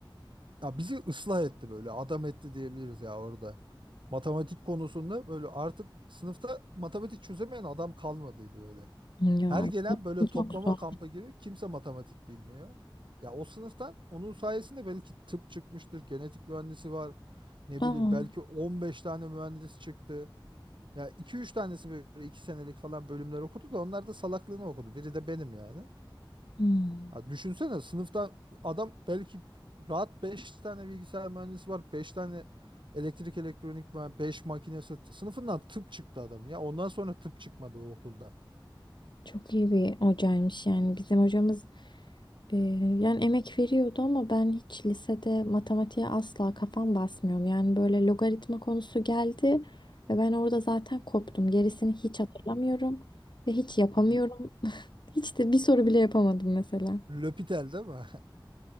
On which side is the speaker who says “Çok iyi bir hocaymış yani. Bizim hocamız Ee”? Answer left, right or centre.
Left